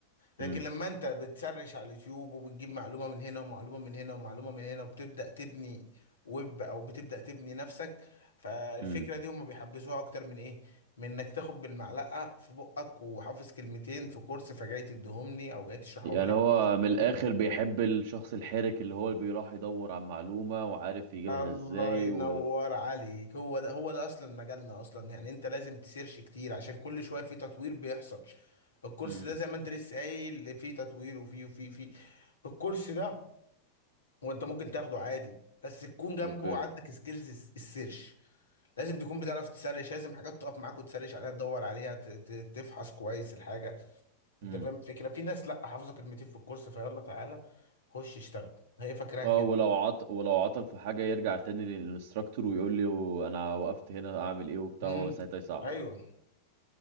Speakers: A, on the left; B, on the right.
A: لكن
B: امم
A: لما انت بتسرش على اليوتيوب وبتجيب معلومة من هنا ومعلومة من هنا ومعلومة من هنا وبتبدأ تبني ويب او بتبدأ تبني نفسك فالفكرة
B: امم
A: دي هم بيحبسوها اكتر من ايه من انك تاخد بالمعلقة في بقك وحافظ كلمتين في كورس فجاي تديهمني او جاي تشرحهم
B: يعني
A: لي او
B: هو
A: حافظ
B: من الاخر
A: كلمتين.
B: بيحب الشخص الحرك اللي هو اللي بيروح يدور عن معلومه وعارف يجيبها
A: الله
B: ازاي
A: ينور
B: و
A: عليك هو ده هو ده اصلا مجالنا اصلا يعني انت لازم تسيرش كتير عشان كل شوية في تطوير بيحصل الكورس
B: امم
A: ده زي ما انت لسه قايل فيه تطوير وفيه وفيه فيه الكورس ده هو انت ممكن تاخده عادي بس تكون جنبه
B: اوكي
A: عندك سكيلز السيرش لازم تكون بتعرف تسرش لازم حاجات تقف معاك وتسرش عليها تدور عليها ت- ت- تفحص كويس الحاجه
B: امم
A: انت فاهم الفكره في ناس لا حافظه كلمتين في الكورس فيلا تعالى خش اشتغل هي فاكراها
B: اه
A: كده
B: ولو عط ولو عطل في حاجه يرجع تاني للانستراكتور ويقول لي انا وقفت هنا اعمل ايه وبتاع
A: امم
B: هو ساعتها يساعده
A: ايوه